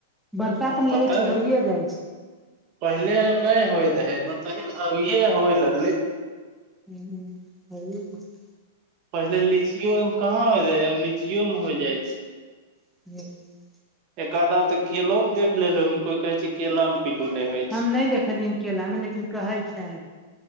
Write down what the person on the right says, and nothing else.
पता
नहि
पहिले नहि होइ रहै मतलब अभिये होइ लगले
पहिले लीचियो मे कहाँ होय रहे आब लीचियो मे होइ जाइ छै
एक आधा तऽ केलो मे देख लेलो कोई कहे छै केला पिल्लू नहि होइ